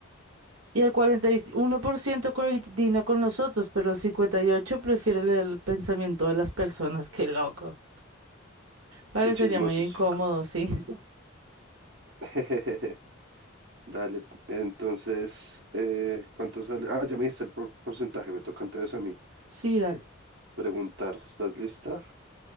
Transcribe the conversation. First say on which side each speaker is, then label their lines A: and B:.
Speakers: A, on the right; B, on the right.
A: Y el 41% coincide con nosotros, pero el 58% prefiere leer el pensamiento de las personas. Qué loco. Parecería
B: Qué chismosos.
A: muy incómodo, sí. <laughs>
B: <laughs> Dale, entonces, eh, ¿cuánto sale? Ah, ya me diste el por- porcentaje, me toca entonces a mí
A: Sí, dale.
B: preguntar. ¿Estás lista?